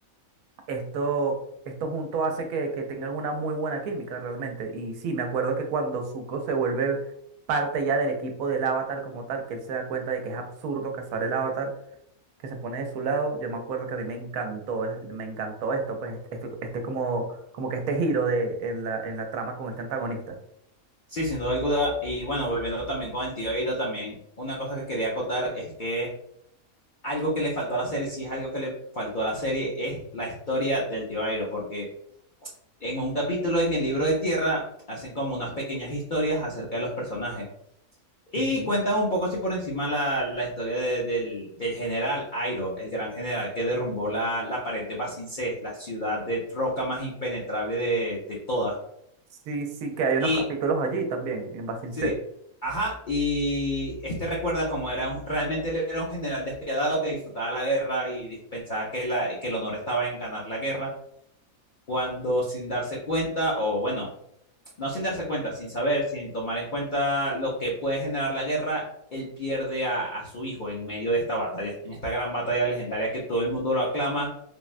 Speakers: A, on the right; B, on the left.
A: esto, esto junto hace que, que tengan una muy buena química realmente. Y sí, me acuerdo que cuando Zuko se vuelve parte ya del equipo del avatar como tal, que él se da cuenta de que es absurdo cazar el avatar que se pone de su lado. Yo me acuerdo que a mí me encantó, es- me encantó esto, pues este, este este como, como que este giro de, en la, en la trama con este antagonista.
B: Sí, sin duda alguna. Y bueno, volviendo también con el tío Airo, también una cosa que quería acotar es que algo que le faltó a la serie, si es algo que le faltó a la serie, es la historia del tío Airo, porque en un capítulo en el libro de tierra hacen como unas pequeñas historias acerca de los personajes y
A: Ujú,
B: cuentan un poco así por encima la, la historia de- del, del general Airo, el gran general que derrumbó la, la pared de Basincés, la ciudad de roca más impenetrable de, de todas.
A: Sí, sí, que hay unos
B: Y
A: capítulos allí también, en Basin
B: sí,
A: C.
B: ajá, y este recuerda cómo era un- realmente él era un general despiadado que disfrutaba la guerra y dis- pensaba que, la, que el honor estaba en ganar la guerra, cuando sin darse cuenta, o bueno, no sin darse cuenta, sin saber, sin tomar en cuenta lo que puede generar la guerra, él pierde a, a, su hijo en medio de esta batalla, en esta gran batalla legendaria que todo el mundo lo aclama